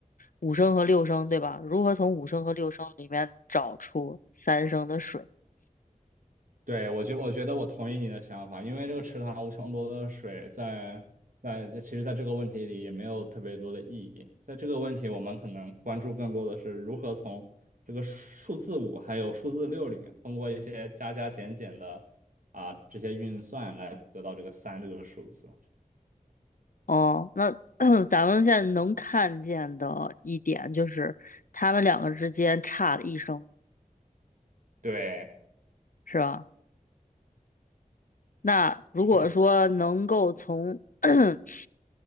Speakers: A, on the left; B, on the right.
A: 五升和六升，对吧？如何从五升和六升里面找出三升的水？
B: 对，我觉我觉得我同意你的想法，因为这个池塘无穷多的水在在其实在这个问题里也没有特别多的意义。在这个问题，我们可能关注更多的是如何从这个数字五还有数字六里面，通过一些加加减减的啊这些运算来得到这个三这个数字。
A: 哦，那 <clears throat> 咱们现在能看见的一点就是他们两个之间差了一声，
B: 对，
A: 是吧？那如果说能够从，
B: 是的。
A: <clears throat>